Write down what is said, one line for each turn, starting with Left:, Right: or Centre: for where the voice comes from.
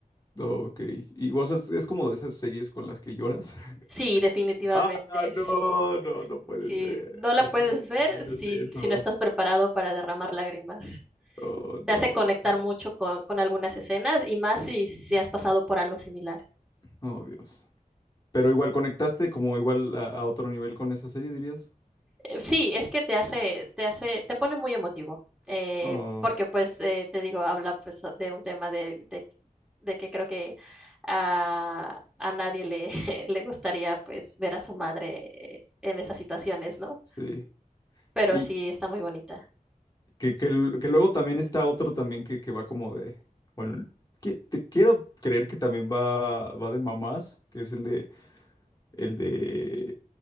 Left: Ok. ¿Y vos has- es como de esas series con las que lloras? <laughs>
Centre: Sí, definitivamente,
Left: Ah, no,
Centre: sí.
Left: no, no puede
Centre: si
Left: ser.
Centre: no la
Left: ¿Por
Centre: puedes
Left: qué me recomiendas
Centre: ver si,
Left: eso?
Centre: si no estás preparado para derramar lágrimas.
Left: Oh,
Centre: Te
Left: no.
Centre: hace conectar mucho con, con algunas escenas y más si, si has pasado por algo similar.
Left: Oh, Dios. Pero igual conectaste como igual a, a otro nivel con esa serie, dirías.
Centre: Eh, sí, es que te hace, te hace, te pone muy emotivo, eh,
Left: Oh,
Centre: porque pues eh, te digo, habla pues de un tema de, de- de que creo que a, a nadie le, <laughs> le gustaría pues ver a su madre eh, en esas situaciones, ¿no?
Left: sí.
Centre: Pero
Left: Y,
Centre: sí, está muy bonita.
Left: Que, que l- que luego también está otro también que, que va como de, bueno, que te quiero creer que también va, va de mamás, que es el de, el de